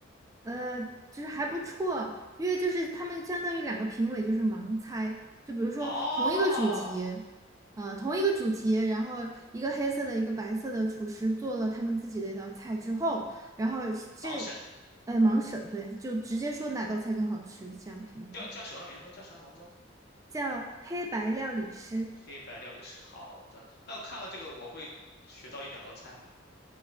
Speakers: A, on the right; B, on the left.
A: 呃，就是还不错，因为就是他们相当于两个评委就是盲猜，就比如说同一个主题，
B: 哦，
A: 呃，同一个主题，然后一个黑色的，一个白色的厨师做了他们自己的一道菜之后，然后这，
B: 盲审
A: 哎，盲审，对，就直接说哪道菜更好吃，这样评判，
B: 叫叫什么名字？叫什么名字？
A: 叫黑白料理师。
B: 黑白料理师。好的，那我看了这个，我会学到一两道菜吗？